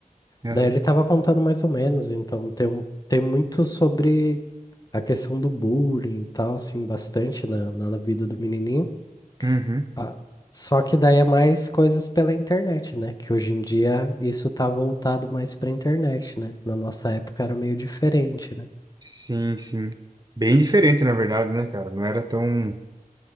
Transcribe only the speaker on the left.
Daí ele estava contando mais ou menos, então tem, um- tem muito sobre a questão do bullying e tal, assim, bastante na, na na vida do menininho.
Ah, só que daí é mais coisas pela internet, né? Que hoje em dia isso tá voltado mais pra internet, né? Na nossa época era meio diferente, né?